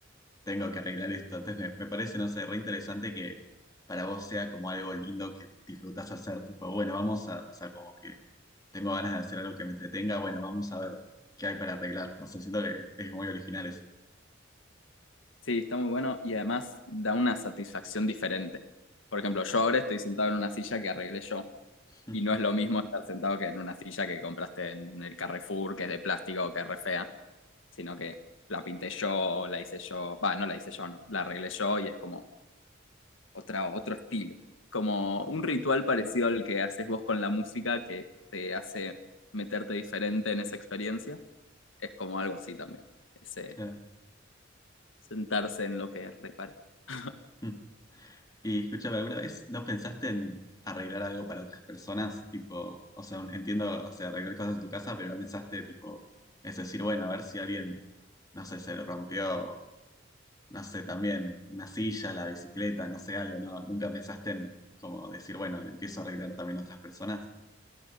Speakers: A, on the left; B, on the left.
A: tengo que arreglar esto. Entonces me, me parece, no sé, re interesante que para vos sea como algo lindo que disfrutás hacer, tipo, bueno, vamos a, o sea, como que tengo ganas de hacer algo que me entretenga, bueno, vamos a ver qué hay para arreglar. No sé, siento que es muy original eso.
B: Sí, está muy bueno y además da una satisfacción diferente. Por ejemplo, yo ahora estoy sentado en una silla que arreglé yo
A: <laughs>
B: y no es lo mismo estar sentado que en una silla que compraste en el Carrefour, que es de plástico o que es re fea, sino que la pinté yo, la hice yo, va, no la hice yo, no, la arreglé yo y es como otra, otro estilo. Como un ritual parecido al que haces vos con la música que te hace meterte diferente en esa experiencia, es como algo así también, ese
A: Claro.
B: sentarse en lo que repare. <laughs>
A: Hmm. Y escúchame, ¿alguna vez no pensaste en arreglar algo para otras personas? Tipo, o sea, entiendo, o sea, arreglar cosas en tu casa, pero no pensaste, tipo, es decir, bueno, a ver si alguien, no sé, se lo rompió, no sé, también una silla, la bicicleta, no sé, algo, ¿no? ¿Nunca pensaste en como decir, bueno, le empiezo a arreglar también a otras personas?